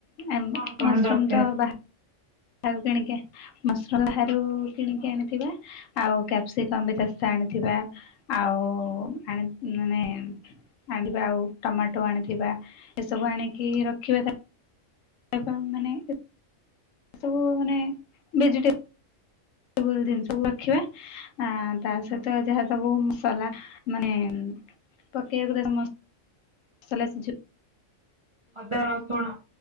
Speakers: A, on the left; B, on the right.
A: ଏମ୍
B: କଣ କଣ
A: ମସରୁମ୍
B: ଦରକାର?
A: ତ ବାହା ଆଉ କିଣିକି ମସଲାାବାହାରୁ କିଣିକି
B: ହଁ
A: ଆଣିଥିବା ଆଉ କ୍ୟାପ୍ସିକମ୍ ବି ଚାଷ ଆଣିଥିବା
B: ହଁ
A: ଆଉ ଆଣି ମାନେ ଆଣିବା ଆଉ ଟମାଟୋ ଆଣିଥିବା ଏସବୁ ଆଣିକି ରଖିବା ଆଜ୍ଞା ମାନେ ବୁ ମାନେ ଭେଜେଟେ ସବୁ ଜିନିଷ ସବୁ ରଖିବା ଆ ତା
B: ହଁ
A: ସହିତ ଯାହା ସବୁ ମସଲା
B: ହଁ।
A: ମାନେ ପକେଇବାକୁ ଗରମ୍ ମସଲା ଯ
B: ଅଦା ରସୁଣ